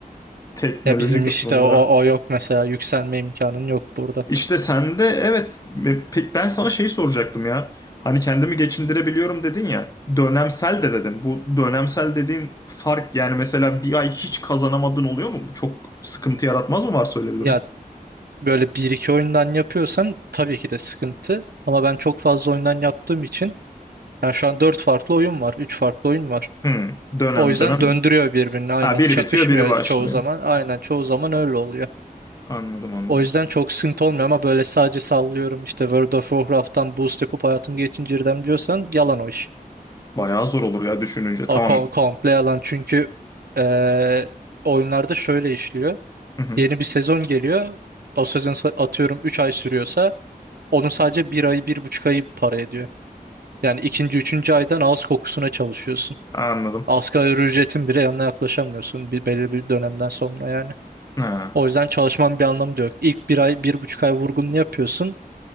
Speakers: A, on the left; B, on the right.
A: teknoloji
B: Ya bizim
A: kısmında.
B: işte o, o yok mesela. Yükselme imkanın yok burada.
A: İşte sen de evet e, pek ben sana şeyi soracaktım ya. Hani kendimi geçindirebiliyorum dedin ya. Dönemsel de dedin. Bu dönemsel dediğin fark yani mesela bir ay hiç kazanamadın oluyor mu? Bu çok sıkıntı yaratmaz mı varsa öyle bir
B: Ya
A: durum?
B: böyle bir iki oyundan yapıyorsan tabii ki de sıkıntı. Ama ben çok fazla oyundan yaptığım için yani şu an dört farklı oyun var. Üç farklı oyun var.
A: Hmm, dönem
B: O yüzden
A: dönem.
B: döndürüyor birbirini aynen.
A: Ha biri
B: Çakışmıyor
A: bitiyor biri başlıyor.
B: çoğu zaman. Aynen çoğu zaman öyle oluyor.
A: Anladım anladım.
B: O yüzden çok sıkıntı olmuyor ama böyle sadece sallıyorum işte World of Warcraft'tan boost yapıp hayatım geçindirdim diyorsan yalan o iş.
A: Bayağı zor olur ya düşününce.
B: O
A: Tamam.
B: kom- komple yalan çünkü eee, oyunlarda şöyle işliyor.
A: Hı hı,
B: Yeni bir sezon geliyor. O sezon sa- atıyorum 3 ay sürüyorsa onun sadece 1 ayı bir buçuk ayı para ediyor. Yani ikinci, üçüncü aydan ağız kokusuna çalışıyorsun.
A: anladım.
B: Asgari ücretin bile yanına yaklaşamıyorsun bir, belli bir dönemden sonra yani.
A: Ha.
B: O yüzden çalışmanın bir anlamı da yok. İlk bir ay, bir buçuk ay vurgununu yapıyorsun.